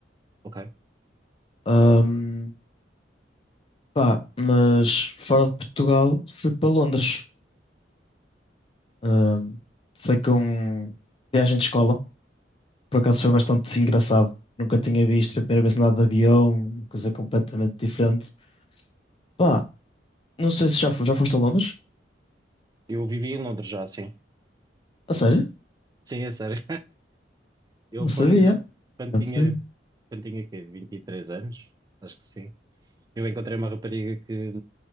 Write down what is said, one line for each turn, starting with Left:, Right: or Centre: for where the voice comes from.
Right: ok.
Left: Ahm, pá, mas fora de Portugal, fui para Londres. Ahm, foi com viagem de escola. Por acaso foi bastante engraçado. Nunca tinha visto, foi a primeira vez que andava de avião, uma coisa completamente diferente. Pá, não sei se já, fo- já foste a Londres?
Right: Eu vivi em Londres já, sim.
Left: A sério?
Right: Sim, é sério. Eu
Left: Não sabia.
Right: quando, quando
Left: Não
Right: tinha,
Left: sabia.
Right: quando tinha quê? 23 anos, acho que sim, eu encontrei uma rapariga que,